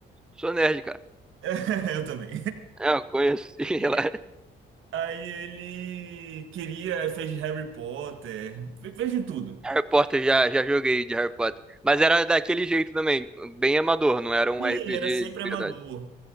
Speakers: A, in the centre; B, on the right.
A: Sou nerd, cara.
B: <laughs> eu também.
A: É, eu conheço. <laughs> sei
B: <laughs>
A: lá.
B: Aí ele queria, fez Harry Potter, fe- fez de tudo.
A: Harry Potter, já, já joguei de Harry Potter. Mas era daquele jeito também, bem amador, não era um
B: Sim,
A: RPG
B: era sempre
A: de
B: amador.
A: verdade.